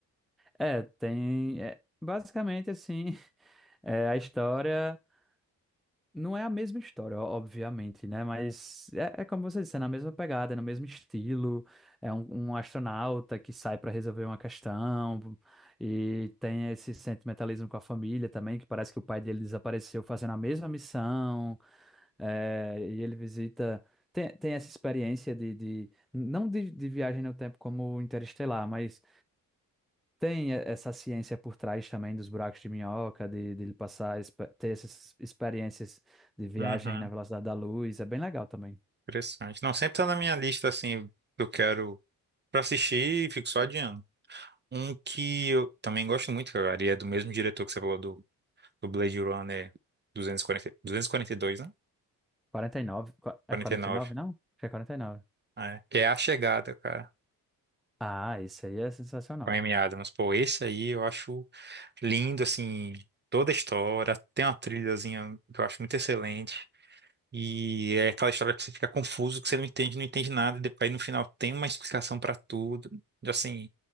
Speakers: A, in the centre; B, on the right.
A: É, tem. é, basicamente, assim, É, a história não é a mesma história, ó, obviamente, né? Mas é, é como você disse, é na mesma pegada, é no mesmo estilo. É um, um astronauta que sai para resolver uma questão e tem esse sentimentalismo com a família também, que parece que o pai dele desapareceu fazendo a mesma missão. é, e ele visita. Tem, tem essa experiência de, de não de, de viagem no tempo como Interestelar, mas tem e- essa ciência por trás também dos buracos de minhoca, de, de ele passar, expe- ter essas experiências de viagem
B: Uhum.
A: na velocidade da luz, é bem legal também.
B: Interessante. Não, sempre tá na minha lista, assim, que eu quero pra assistir e fico só adiando. Um que eu também gosto muito, cara, e é do mesmo diretor que você falou do, do Blade Runner 240, 242, né?
A: 49, qua-
B: 49.
A: é 49, não? Acho que é 49.
B: É. É. Que é A Chegada, cara.
A: Ah, isso aí é sensacional.
B: Com a Amy Adams. Pô, esse aí eu acho lindo, assim, toda a história. Tem uma trilhazinha que eu acho muito excelente. E é aquela história que você fica confuso, que você não entende, não entende nada, e depois no final tem uma explicação pra tudo. Assim,